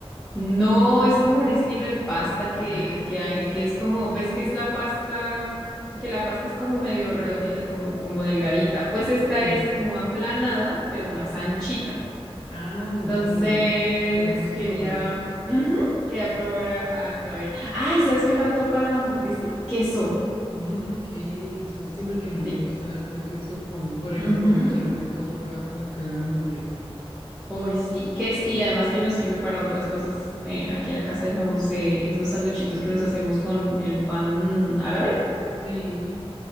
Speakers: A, in the centre; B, on the left (about 75°).
A: No, es como un estilo de pasta que,
B: Ah,
A: que hay, que es como, ¿ves que es la pasta? Que la pasta es como medio redondita, como, como delgadita. Pues esta
B: sí.
A: es como aplanada, pero más anchita.
B: Ah, no
A: Entonces,
B: sabía. Podemos
A: quería,
B: probarla.
A: ujú, quería probar a, al- a ver. Ay, ¿sabes qué faltó para la hamburguesa? Queso.
B: Mmm, queso. Sí, porque a mí me
A: Sí.
B: gusta harto queso con... Por ahí le
A: Ujú.
B: podemos echar unas dos rodajas a cada hamburguesa.
A: Uy, sí, que es, y además que nos sirve para otras cosas eh, aquí en la casa, digamos, eh, esos sanduchitos que nos hacemos con el pan árabe.
B: Sí.